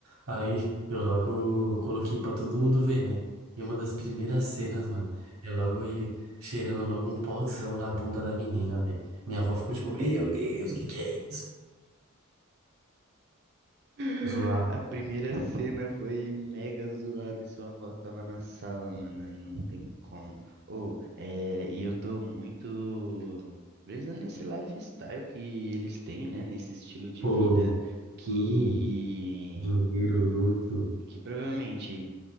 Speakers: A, on the right; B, on the right.
A: Aí eu logo coloquei pra todo mundo ver, né? E uma das primeiras cenas, mano, é logo ele cheirando logo um pozão na bunda da menina, velho. Minha avó ficou tipo, meu Deus, que que é isso?
B: <gasps>
A: Zoar.
B: a primeira cena foi mega zoada e sua avó tava na sala, mano. Aí não tem como. Ô, é... e eu tô muito brisando nesse lifestyle que eles têm, né? Nesse estilo de
A: Pô,
B: vida que
A: hum, dinheiro, luxo.
B: que provavelmente